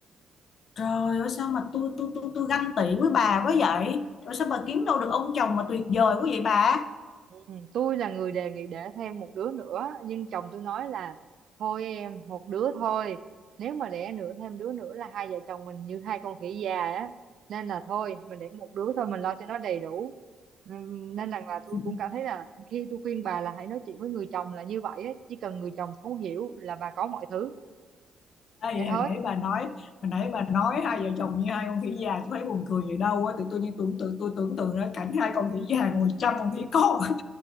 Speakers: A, on the left; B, on the right.
A: Trời ơi sao mà tôi tôi tôi tôi ganh tị với bà quá vậy? Rồi sao bà kiếm đâu được ông chồng mà tuyệt vời quá vậy bà?
B: Ừ, tôi là người đề nghị để thêm một đứa nữa nhưng chồng tôi nói là thôi em một đứa thôi nếu mà đẻ nữa thêm đứa nữa là hai vợ chồng mình như hai con khỉ già á nên là thôi mình đẻ một đứa thôi mình lo cho nó đầy đủ Ừm, nên rằng là tôi
A: <laughs>
B: cũng cảm thấy là khi tôi khuyên bà là hãy nói chuyện với người chồng là như vậy á chỉ cần người chồng thấu hiểu là bà có mọi thứ
A: Ê,
B: vậy thôi
A: hồi nãy bà nói hồi nãy bà nói hai vợ chồng như hai con khỉ già tôi thấy buồn cười vậy đâu á tự tôi như tưởng tượng tôi tưởng tượng ra cảnh hai con khỉ già ngồi chăm con khỉ con